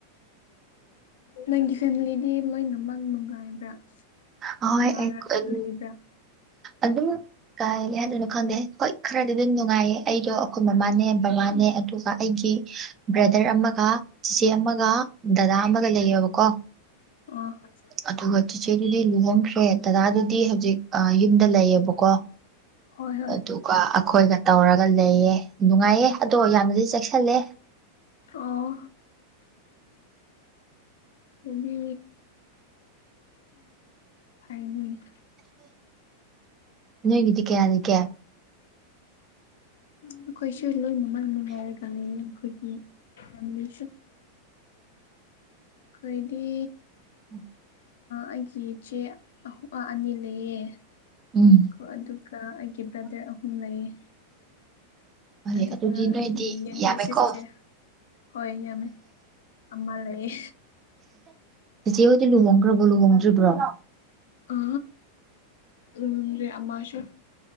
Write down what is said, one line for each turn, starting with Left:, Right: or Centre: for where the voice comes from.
Left: ꯅꯪꯒꯤ ꯐꯦꯃꯤꯂꯤꯗꯤ ꯂꯣꯏꯅꯃꯛ ꯅꯨꯡꯉꯥꯏꯕ꯭ꯔꯥ
Right: ꯍꯣꯏ
Left: ꯅꯨꯡꯪꯥꯏ
Right: ꯑꯩ
Left: ꯌꯥꯕ
Right: ꯎꯝ ꯑꯗꯨꯝ ꯀꯥꯏ ꯍꯥꯏꯗꯣꯏꯅꯣ ꯈꯪꯗꯦ ꯍꯣꯏ ꯈꯔꯗꯤ ꯑꯗꯨꯝ ꯅꯨꯡꯉꯥꯏꯌꯦ ꯑꯩꯗꯣ ꯑꯩꯈꯣꯏ ꯃꯃꯥꯅꯦ ꯕꯕꯥꯅꯦ ꯑꯗꯨꯒ ꯑꯩꯒꯤ ꯕ꯭ꯔꯗꯔ ꯑꯃꯒ ꯆꯤꯆꯦ ꯑꯃꯒ ꯗꯗꯥ ꯑꯃꯒ ꯂꯩꯌꯦꯕꯀꯣ
Left: ꯑ
Right: ꯑꯗꯨꯒ ꯆꯦꯆꯦꯗꯨꯗꯤ ꯂꯨꯍꯣꯡꯈ꯭ꯔꯦ ꯗꯗꯥꯗꯨꯗꯤ ꯍꯧꯖꯤꯛ ꯌꯨꯝꯗ ꯂꯩꯌꯦꯕꯀꯣ
Left: ꯍꯣꯏ ꯍꯣꯏ
Right: ꯑ ꯑꯗꯨꯣ ꯀ ꯑꯩꯈꯣꯏꯒ ꯇꯧꯔꯒ ꯂꯩꯌꯦ ꯅꯨꯡꯉꯥꯏꯌꯦ ꯑꯗꯣ ꯌꯥꯝꯅꯗꯤ ꯆꯦꯛꯁꯜꯂꯦ
Left: ꯑꯣ ꯑꯅꯤ ꯍꯥꯏꯥꯏꯅꯤ
Right: ꯅꯣꯏꯒꯤꯗꯤ ꯀꯌꯥ ꯂꯩꯀꯦ
Left: ꯑꯩꯈꯣꯏꯁꯨ ꯂꯣꯏꯅꯃꯛ ꯅꯨꯡꯉꯥꯏꯔꯒ ꯂꯩ ꯑꯩꯈꯣꯏꯒꯤ ꯐꯦꯂꯤꯁꯨ ꯑꯩꯈꯣꯏꯗꯤ
Right: ꯎꯝ
Left: ꯑꯩꯒꯤ ꯏꯆꯦ ꯑꯅꯤ ꯂꯩꯌꯦ
Right: ꯎꯝ
Left: ꯀꯣ ꯑꯗꯨꯒ ꯑꯩꯒꯤ ꯕ꯭ꯔꯗꯔ ꯑꯍꯨꯝ ꯂꯩꯌꯦ
Right: ꯍꯣꯏ
Left: ꯑꯗꯨꯒ
Right: ꯑꯗꯨꯗꯤ
Left: ꯑꯩꯒꯤ
Right: ꯅꯣꯏꯗꯤ
Left: ꯌꯪꯒ꯭ꯔ
Right: ꯌꯥꯝꯃꯦꯀꯣ
Left: ꯁꯤꯁꯇꯔ ꯍꯣꯏ ꯌꯥꯝꯃꯦ ꯑꯃ ꯂꯩꯌꯦ
Right: ꯁꯤ ꯍꯧꯗꯤ ꯂꯨꯍꯪꯒ꯭ꯔꯕꯣ ꯂꯨꯕꯪꯗ꯭ꯔꯔꯤꯕ꯭ꯔ
Left: ꯑ ꯎꯝꯦ ꯑꯃꯥꯁꯨꯣ